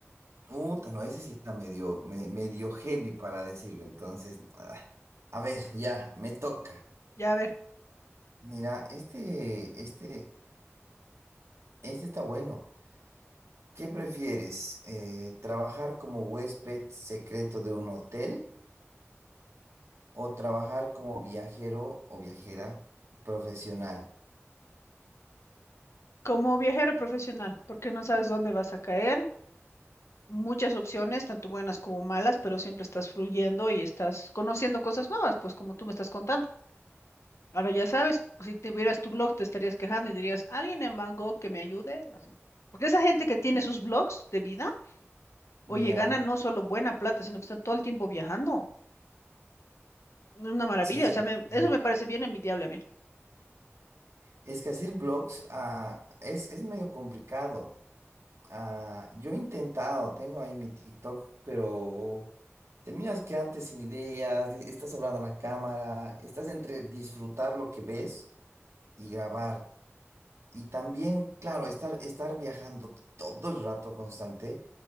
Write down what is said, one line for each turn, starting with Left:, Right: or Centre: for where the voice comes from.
Right: Uta, no, ese sí está medio, me- medio heavy para decirlo. Entonces, ah, a ver, ya, me toca.
Left: Ya a ver,
Right: Mira, este, este, este está bueno. ¿Qué prefieres? eh, ¿trabajar como huésped secreto de un hotel o trabajar como viajero o viajera profesional?
Left: como viajero profesional, porque no sabes dónde vas a caer, muchas opciones, tanto buenas como malas, pero siempre estás fluyendo y estás conociendo cosas nuevas, pues como tú me estás contando. Ahora ya sabes, si tuvieras tu blog, te estarías quejando y dirías, alguien en Bangkok que me ayude. O sea, Porque esa gente que tiene sus blogs de vida, oye,
Right: Ya,
Left: ganan no solo buena plata, sino que están todo el tiempo viajando. Una maravilla,
Right: sí.
Left: o sea, me- eso
Right: sí.
Left: me parece bien envidiable a mí.
Right: Es que hacer blogs ah, es, es medio complicado. Ah, yo he intentado, tengo ahí mi TikTok, pero terminas quedándote sin ideas, di- estás hablando a la cámara, estás entre disfrutar lo que ves y grabar. Y también, claro, estar, estar viajando todo el rato constante